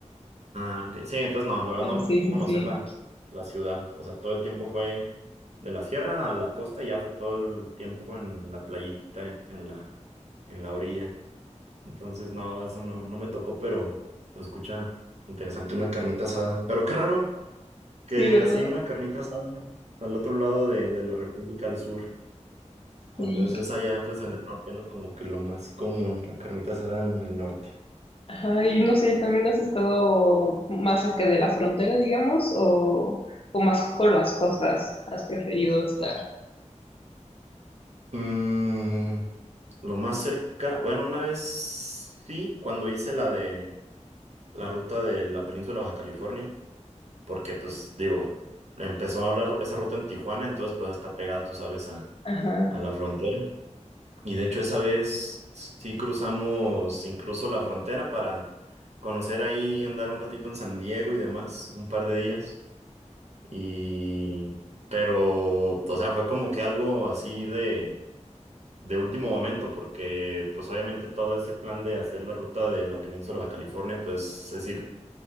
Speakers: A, on the right (about 60°); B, on the left (about 50°).
A: Ah, ok. Sí, entonces no, la verdad
B: No,
A: no me
B: sí,
A: tocó
B: sí,
A: conocer
B: sí.
A: la, la ciudad, o sea, todo el tiempo fue de la sierra a la costa y ya fue todo el tiempo en la playita, en la, en la orilla. Entonces, no, eso no, no me tocó, pero, pero escucha, interesante, una carnita asada. Pero qué raro que
B: Sí, ¿verdad?
A: así una carnita asada al otro lado de, de la República al sur. Cuando
B: Sí,
A: eso es allá, pues en el norte, ¿no? Como que lo más común, la carnita asada en el norte.
B: Ajá, y no sé, ¿también has estado más cerca de la frontera, digamos, o, o más por las costas? ¿Has preferido estar?
A: Mm, lo más cerca, bueno, una vez sí, cuando hice la de la ruta de la península Baja California, porque pues digo, empezó la ru- esa ruta en Tijuana, entonces pues está pegada, tú sabes, a,
B: Ajá,
A: a la frontera. Y de hecho esa vez sí cruzamos incluso la frontera para conocer ahí, andar un ratito en San Diego y demás, un par de días. Y, pero, o sea, fue como que algo así de, de último momento, porque pues obviamente todo ese plan de hacer la ruta de la península Baja California, pues es ir